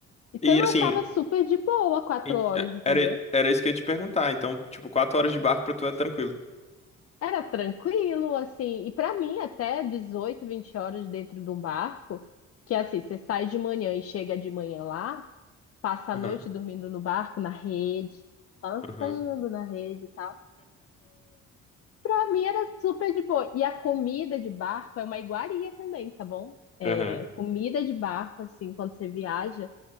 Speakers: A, on the left (about 50°); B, on the left (about 20°).
A: Então
B: E
A: eu
B: assim,
A: achava super de boa quatro
B: e-
A: horas,
B: é,
A: entendeu?
B: era era isso que eu ia te perguntar, então, tipo, quatro horas de barco pra tu é tranquilo.
A: Era tranquilo, assim, e pra mim até 18 20 horas dentro de um barco, que é assim, você sai de manhã e chega de manhã lá, passa a
B: Aham.
A: noite dormindo no barco, na rede, balançando
B: Aham.
A: na rede e tal. Pra mim era super de boa. E a comida de barco é uma iguaria também, tá bom? É,
B: Aham.
A: comida de barco, assim, quando você viaja